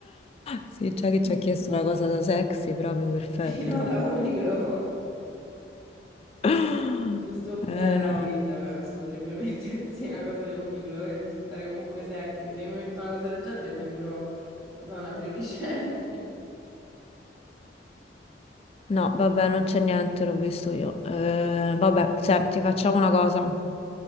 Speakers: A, on the left; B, on the right.
A: Sì, già che
B: Mm.
A: ci ha chiesto la cosa da sexy, proprio perfetto.
B: Sì, no, da Uniqlo.
A: <gasps>
B: Giusto bella
A: Eh no.
B: Tid, penso, potrebbe <laughs> mettersi una cosa di Uniqlo e risultare comunque sexy. Se io mi metto una cosa del genere sembro, non so, una tredicenne. <laughs>
A: No, vabbè, non c'è niente, l'ho visto io. Eh, vabbè, senti, facciamo una cosa.